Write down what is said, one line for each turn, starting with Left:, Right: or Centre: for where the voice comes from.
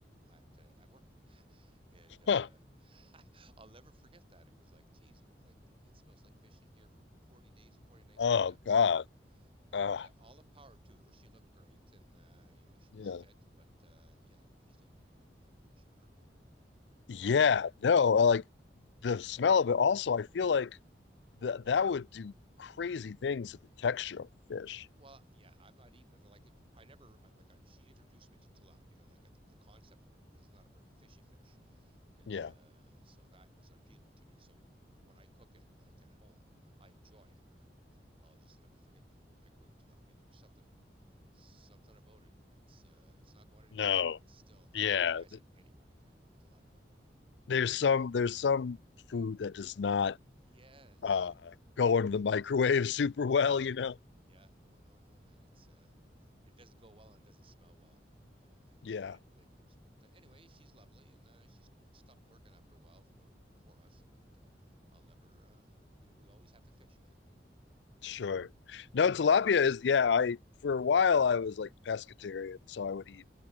Right: at uh, at work, and uh,
Left: Huh.
Right: <laughs> I'll never forget that. It was like, geez, like it smells like fish in here for 40 days and 40 nights
Left: Oh
Right: right after.
Left: God.
Right: So, but
Left: Uh,
Right: uh, all the power to her. She looked great, and uh, you know she was
Left: yeah.
Right: fit. But uh, yeah, please don't microwave freaking fish at work, man.
Left: Yeah, no, uh, like the smell of it. Also, I feel like that that would do crazy things to the texture of the fish.
Right: Well, yeah, I'm not eating it. Like I never I, like I. She introduced me to tilapia, like I, the concept of it, because it's not a very fishy fish, and
Left: Yeah,
Right: uh, so that was appealing to me. So when I cook it, like at home, I enjoy it, but I'll just never forget in microwave tilapia. There's something, something about it. It's uh, it's not going anywhere.
Left: no,
Right: Like it's still,
Left: yeah.
Right: I'd recognize
Left: th-
Right: it anywhere. Microwave tilapia.
Left: There's some there's some food that does not
Right: Yes,
Left: uh,
Right: it
Left: go into the microwave <laughs> super well, you know.
Right: Yeah, no, no, no, man. It's uh, it doesn't go well and it doesn't smell well, uh, and, it,
Left: Yeah.
Right: and it lingers. But uh, anyway, she's lovely, and uh, she st- stopped working after a while f- uh, for us. But uh, I'll never, uh, you know, we always have to fish, man.
Left: Sure. No, tilapia is, yeah, I for a while I was like pescatarian, so I would eat